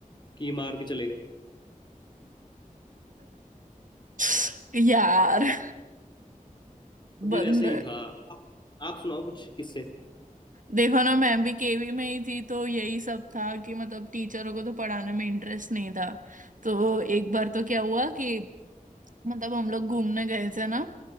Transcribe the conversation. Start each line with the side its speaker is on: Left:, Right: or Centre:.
Left: कि मार के चले गए
Right: <laughs> यार <laughs>
Left: तो
Right: बंद
Left: फिर ऐसे ही था आप, आप सुनाओ कुछ किस्से
Right: देखो ना मैं भी केवी में ही थी तो यही सब था कि मतलब टीचरों को तो पढ़ाने में इंटरेस्ट नहीं था तो एक बार तो क्या हुआ कि मतलब हम लोग घूमने गए थे ना